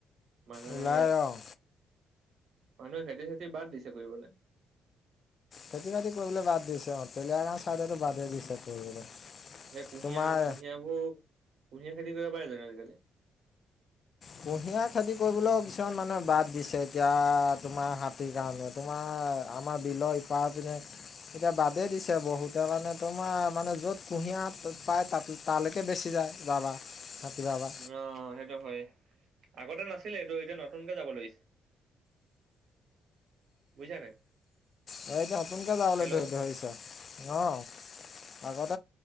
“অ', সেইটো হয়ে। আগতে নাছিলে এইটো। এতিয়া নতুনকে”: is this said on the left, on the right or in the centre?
Right